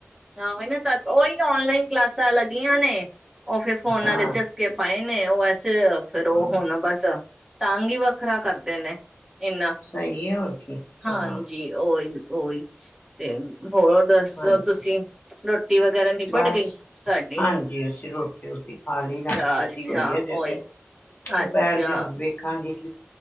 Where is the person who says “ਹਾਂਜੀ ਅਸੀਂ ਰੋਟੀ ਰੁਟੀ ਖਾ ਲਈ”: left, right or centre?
Left